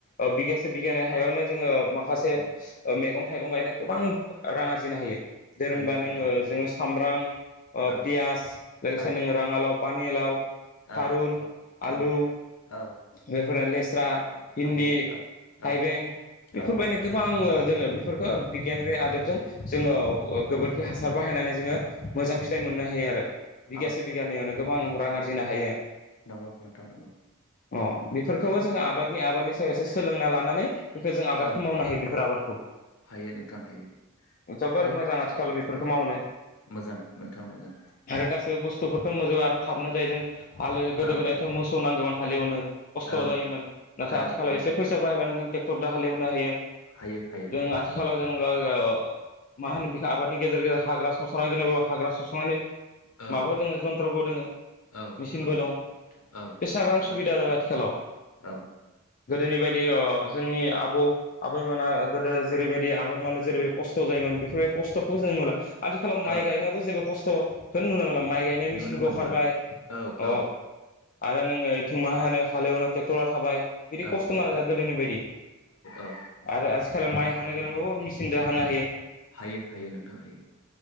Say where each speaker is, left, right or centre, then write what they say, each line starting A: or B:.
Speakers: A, on the left; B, on the left.
A: ओ बिगासे बिगानै हायावनो जोङो माखासे
B: औ
A: ओ मैगं थाइगं गायना गोबां रां आरजिनो हायो। जेनेबा
B: हायो नोंथां
A: नोङो
B: हायो
A: जोङो सामब्राम, ओ
B: औ
A: पियास, लोगोसे
B: औ
A: नोङो राङालाव, पानिलाव,
B: औ
A: थारुन,
B: औ
A: आलु
B: औ औ
A: बेफोरनो ले स्रा, भिन्दी,
B: हायो औ औ
A: थाइबें, इफोरबायनो
B: औ
A: गोबां ओ जोङो बेफोरखो बिगियान बे आदबजों जोङो ओ गोबोरखि हासार बाहायनानै जोङो मोजां फिथाइ मोननो हायो आरो बिगासे
B: औ
A: बिगानैयावनो गोबां रां
B: औ
A: आरजिनो हायो।
B: नंगौ नोंथां नंगौ
A: अ बेफोरखौबो
B: आरो
A: जोङो आबादनि आबादनि सायाव एसे सोलोंना ला नानै बेखौ जों आबादखौ
B: औ
A: मावनो हायो बेफोर आबादखौ।
B: हायो नोंथां हायो।
A: जोबोर
B: आरो
A: मोजां आथिखाल बेफोरखौ मावनो
B: मोजां नोंथां मोजां
A: आरो गासैबो बुस्थुफोरखौ <unintelligible> आरो थाबनो जायो जों हाल गोदो
B: औ
A: गोदायथ' मोसौ नांगौमोन हालेवनो खस्थ'
B: औ
A: जायोमोन नाथाय
B: औ
A: आथिखालाव
B: नोंथां
A: एसे फैसा बाहायबानो जों टेक्टर दो हालेवनो हायो।
B: हायो। हायो
A: जों आथिखालाव जों गो ओ मा होनो बेखो आबादनि गेजेर गेजेर हाग्रा सस्रां गोनां बे हाग्रा सस्रांनानै
B: औ
A: माबा दोङो जन्थ्रबो दङो,
B: औ
A: मिचिनबो
B: औ
A: दं,
B: औ
A: एसाबां
B: नोंथां
A: सुबिदा जाबाय आथिखालाव।
B: औ
A: गोदोनि बायदि अ जोंनि आबौ आबैमोना गोदो जेरैबायदि आबाद मावनो जेरैबायदि खस्थ' जायोमोन बेफोरबायदि खस्थ'खौ जों नुला। आथिखालाव माइ
B: औ
A: गायनायावबो जेबो खस्थ' होन नुनो मोनला। माइ गायनाय मिचिनबो
B: नुनो मोनला
A: अंखारबाय
B: औ
A: अ
B: औ
A: आरो नोङो इथिं मा होनो हालेवनो टेक्टरा थाबाय।
B: औ
A: बिदि खस्थ'
B: औ
A: नांजा गोदोनि बायदि
B: औ
A: आरो आजि माइ हानो गोनांबाबो मिचिन दो हानो हायो।
B: हायो हायो नोंथां हायो।